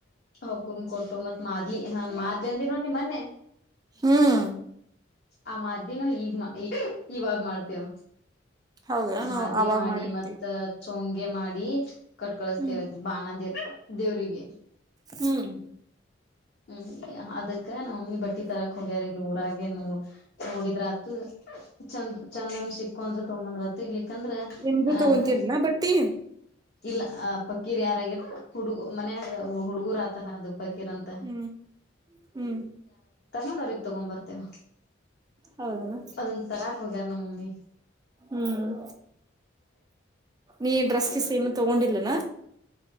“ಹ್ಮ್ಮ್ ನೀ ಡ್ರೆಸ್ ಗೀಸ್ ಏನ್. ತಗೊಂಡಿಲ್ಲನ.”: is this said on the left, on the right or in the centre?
Right